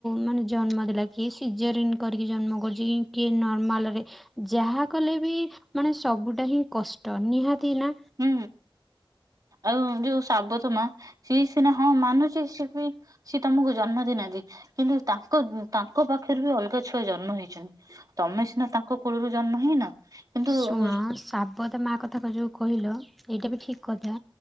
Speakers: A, in the centre; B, on the right (about 45°).
A: ମାନେ ଜନ୍ମ ଦେଲା। କିଏ ସିଜରିନ କରିକି ଜନ୍ମ କରିଛି କିଏ ନର୍ମାଲରେ ଯାହା କଲେ ବି ମାନେ ସବୁଟା ହିଁ କଷ୍ଟ ନିହାତି ନା
B: ହୁଁ। ଆଉ ଯୋଉ ସାବତ ମା ସି ସିନା ହଁ ମାନୁଛି ସିଏ ବି ସି ତମକୁ ଜନ୍ମ ଦେଇନାହାନ୍ତି କିନ୍ତୁ ତାଙ୍କ ତାଙ୍କ ପାଖରେ ବି ଅଲଗା ଛୁଆ ଜନ୍ମ ହେଇଛନ୍ତି। ତମେ ସିନା ତାଙ୍କ କୂଳରୁ ଜନ୍ମ ହେଇନ କିନ୍ତୁ
A: ଶୁଣ
B: ହଁ
A: ଶାବତ ମା କଥା କ ଯୋଉ କହିଲ ଏଇଟା ବି ଠିକ କଥା